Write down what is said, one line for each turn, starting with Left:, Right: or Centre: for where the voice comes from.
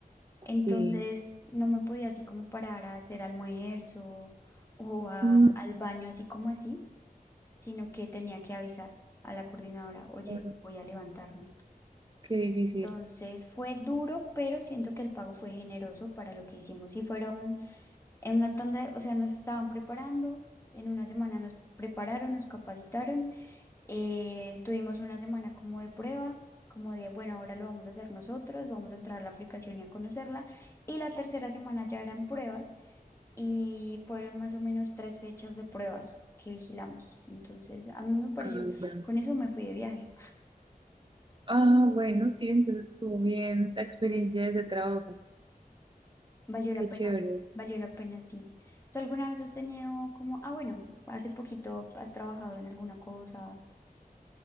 Left: Entonces
Right: sí.
Left: no me podía así como parar a hacer almuerzo o a-
Right: Mm,
Left: al baño así como así, sino que tenía que avisar a la coordinadora, oye,
Right: claro,
Left: voy a levantarme.
Right: qué difícil.
Left: Entonces fue duro, pero siento que el pago fue generoso para lo que hicimos. Y fueron en una tanda, o sea, nos estaban preparando, en una semana nos prepararon, nos capacitaron eh, tuvimos una semana como de prueba, como de, bueno, ahora lo vamos a hacer nosotros, vamos a entrar a la aplicación y a conocerla. Y la tercera semana ya eran pruebas y fueron más o menos tres fechas de pruebas que vigilamos. Entonces, a mí me pareció,
Right: Ah, ya.
Left: con eso me fui de viaje.
Right: Ah, bueno, sí, entonces estuvo bien la experiencia de ese trabajo.
Left: Valió la
Right: Qué
Left: pena,
Right: chévere.
Left: valió la pena, sí. ¿Tú alguna vez has tenido como, ah, bueno, hace poquito has trabajado en alguna cosa?